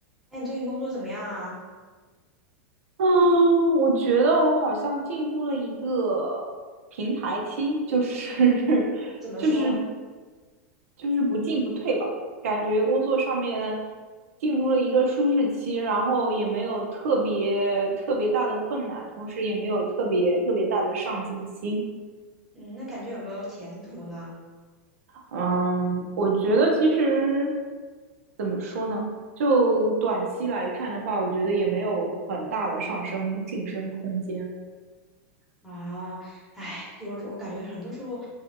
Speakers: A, in the centre; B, on the right (about 85°).
A: 哎，你最近工作怎么样啊？
B: 嗯，我觉得我好像进入了一个平台期，就是 <laughs>
A: 怎么说？
B: 就是就是不进不退吧，感觉工作上面进入了一个舒适期，然后也没有特别特别大的困难，同时也没有特别特别大的上进心。
A: 嗯，那感觉有没有前途呢？
B: 嗯，我觉得其实怎么说呢？就短期来看的话，我觉得也没有很大的上升晋升空间。
A: 啊，哎，就是我感觉很多时候